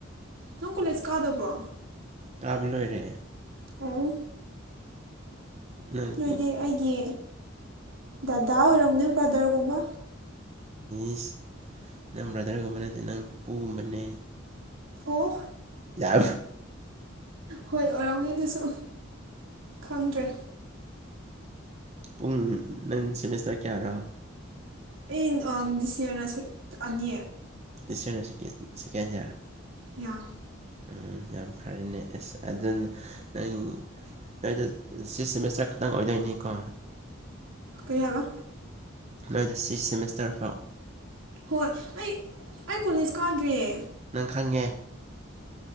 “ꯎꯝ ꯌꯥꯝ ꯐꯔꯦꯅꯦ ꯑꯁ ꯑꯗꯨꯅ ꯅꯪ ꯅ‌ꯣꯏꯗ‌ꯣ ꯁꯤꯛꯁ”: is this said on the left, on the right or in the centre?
Right